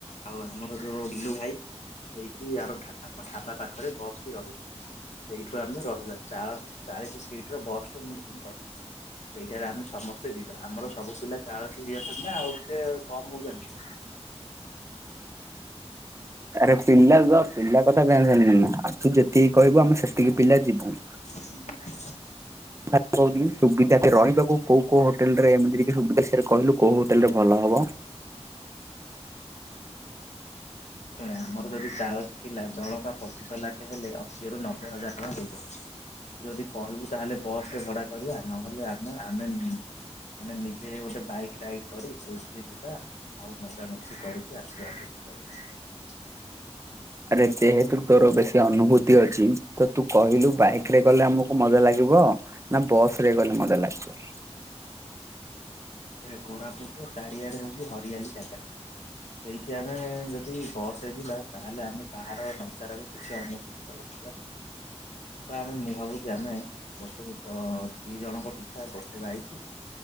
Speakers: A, on the left; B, on the right.
A: ଆଉ ଆମର ଯୋଉ ମିଲୁ ଭାଇ, ସେଇଠି ଆର ଢା-ଢାବା ପାଖରେ ବସ୍ ଟି ରହିବ। ସେଇଠୁ ଆମେ ରହିବା, ଚାଳ-ଚାଳିଶି ସିଟ୍ ରେ ବସ୍ ଟେ ବୁକିଂ କରିଚି। ସେଇଟାରେ ଆମେ ସମସ୍ତେ ଯିବା ଆମର ସବୁ ପିଲା ଚାଳଶି ହେଇଯାଉଚନ୍ତି ନା, ଆଉ ଟିକେ କମ୍ ହଉଚନି?
B: ଆରେ ପିଲା କ ପିଲା କଥା ଜାଣିପାରୁନୁ ନା, ଆରେ ତୁ ଯେତିକି କହିବୁ ଆମେ ସେତିକି ପିଲା ଯିବୁ।
A: <inaudible>
B: ଖାଲି କହୁଛନ୍ତି, ସୁବିଧାଟେ ରହିବାକୁ କୋଉ କୋଉ ହୋଟେଲ୍ ରେ ଏମିତି <inaudible> କହିଲୁ କୋଉ ହୋଟେଲ ରେ ଭଲ ହବ?
A: ଆମର ଯଦି ଚାଳ ପିଲା ଜଣଙ୍କା ପଚିଶହ ଲାଖେ ହେଲେ, ଅଶୀରୁ ନବେ ହଜାର ଟଙ୍କା ହେଇଯାଉଛି। ତୁ ଯଦି କହିବୁ ତା, ହେଲେ ବସ୍ ଟେ ଭଡା କରିଆ, ନହେଲେ ଆମେ ଆମେନ୍ ମାନେ ନିଜେ ଗୋଟେ ବାଇକ୍ ରାଇଡ୍ କରି, ସେଇଥିରେ ଯିବା। ଆଉ ମଜାମସ୍ତି କରିକି ଆସିଆ ଭୋଜି କରିକି।
B: ଆରେ ଯେହେତୁ ତୋର ବେଶୀ ଅନୁଭୂତି ଅଛି। ତ ତୁ କହିଲୁ ବାଇକ୍ ରେ ଗଲେ ଆମକୁ ମଜା ଲାଗିବ। ନା ବସ୍ ରେ ଗଲେ ମଜା ଲାଗିବ?
A: କୋରାପୁଟ୍ ର ଚାରିଆଡେ ହଉଚି ହରିଆଲି ଜାଗା। ସେଇଠି ଆମେ ଯଦି ବସ୍ ସେଇଠିବା, ତାହେଲେ ଆମେ କାହାର ନଜାରାକୁ କିଛି ଅନୁଭୂତି କରିପାରିବା ନାହିଁ। ତ ଆମେ ମୁଁ ଭାବୁଛି, ଆମେ ଗୋଟେ ତ ଦି ଜଣଙ୍କ ପିଛା ଗୋଟେ ବାଇକ୍